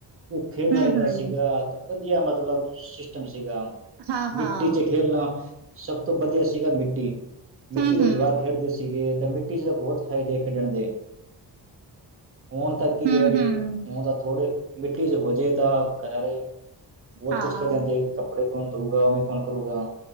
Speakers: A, on the right; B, on the right.
A: ਉਹ ਖੇਡਦਾ
B: ਹੂੰ
A: ਰਹਿੰਦਾ
B: ਹੂੰ
A: ਸੀਗਾ ਵਧੀਆ ਮਤਲਬ ਸਿਸਟਮ ਸੀਗਾ,
B: ਹਾਂ ਹਾਂ
A: ਮਿੱਟੀ 'ਚ ਖੇਲਣਾ। ਸਭ ਤੋਂ ਵਧੀਆ ਸੀਗਾ ਮਿੱਟੀ, ਮਿੱਟੀ
B: ਹੂੰ
A: 'ਚ
B: ਹੂੰ
A: ਜਵਾਕ
B: ਹੂੰ
A: ਖੇਡਦੇ ਸੀਗੇ ਤਾਂ ਮਿੱਟੀ ਚ ਤਾਂ ਬਹੁਤ ਫਾਇਦੇ ਖੇਡਣ ਦੇ। ਹੁਣ ਤਾਂ ਕੀ
B: ਹੂੰ
A: ਹੈਗੇ,
B: ਹੂੰ
A: ਹੁਣ ਤਾਂ ਥੋੜੇ ਮਿੱਟੀ 'ਚ ਹੋਜੇ ਤਾਂ ਕਰ ਰਹੇ, ਬਹੁਤ
B: ਹਾਂ
A: ਕੁੱਛ ਕਹਿ ਦਿੰਦੇ ਕੱਪੜੇ ਕੌਣ ਧੋਉਗਾ ਉਵੇਂ ਕੌਣ ਕਰੂਗਾ।